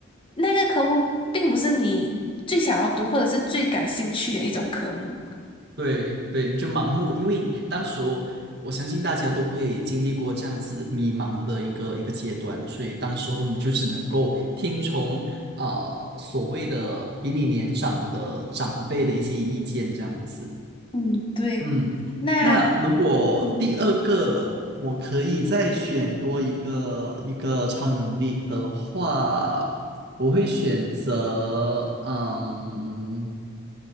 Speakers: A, on the left; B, on the right.
A: 那个科目并不是你最想要读或者是最感兴趣的一种科目。
B: 对对，你就盲目，因为当时候我相信大家都会经历过这样子迷茫的一个一个阶段，所以当时候你就只能够听从呃所谓的比你年长的长辈的一些意见这样子。
A: 嗯，对。
B: 嗯，
A: 那
B: 那如果第二个我可以再选多一个一个超能力的话，
A: 嗯，
B: 我会选择，嗯，